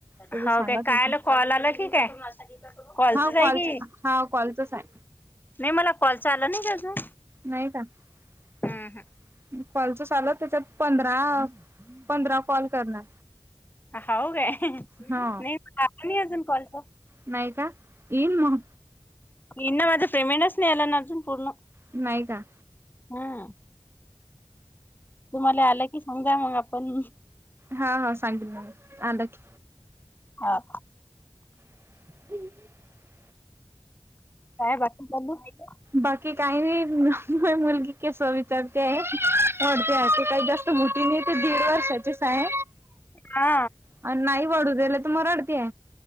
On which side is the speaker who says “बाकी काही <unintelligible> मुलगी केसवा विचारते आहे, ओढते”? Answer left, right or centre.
Right